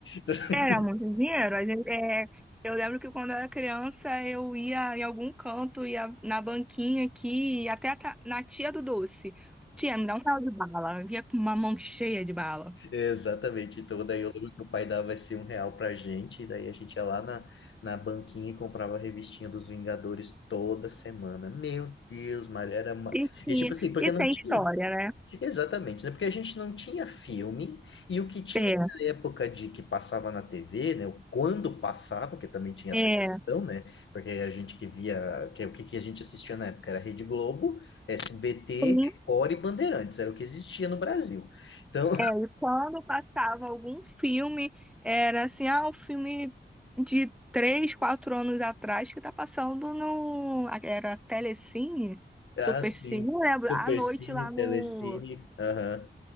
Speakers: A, on the left (about 90°); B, in the centre.
A: <laughs>
B: era muito dinheiro. A gente, é, eu lembro que quando eu era criança, eu ia em algum canto, ia na banquinha aqui, até a ta- na tia do doce. Tia, me dá um real de bala. Eu ia com uma mão cheia de bala.
A: Exatamente. Então, daí eu lembro que o pai dava esse um real pra gente, e daí a gente ia lá na, na banquinha e comprava a revistinha dos Vingadores toda semana. Meu Deus, Mário, era. Uma...
B: E tinha,
A: E tipo assim, porque
B: e
A: não
B: tem
A: tinha.
B: história, né?
A: Exatamente, né? Porque a gente não tinha filme, e o que tinha
B: É,
A: na época de que passava na TV, né? o Quando passava, que também tinha essa questão,
B: é.
A: né? Porque a gente que via. Que, o que, que a gente assistia na época era Rede Globo, SBT,
B: Sim.
A: Record e Bandeirantes, era o que existia no Brasil. Então,
B: É, e quando passava algum filme, era assim, ah, o filme de três, quatro anos atrás que tá passando no. Era Telecine,
A: Ah,
B: Supercine,
A: sim.
B: eu lembro,
A: Supercine,
B: à noite lá no,
A: Telecine. Aham.